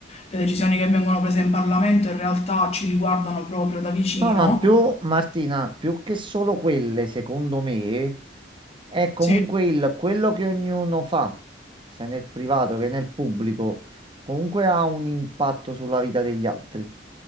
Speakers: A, on the left; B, on the right.
A: le decisioni che vengono prese in Parlamento in realtà ci riguardano proprio da vicino.
B: No, ma più, Martina, più che solo quelle, secondo me, è comunque
A: Sì,
B: il quello che ognuno fa, sia nel privato che nel pubblico, comunque ha un impatto sulla vita degli altri.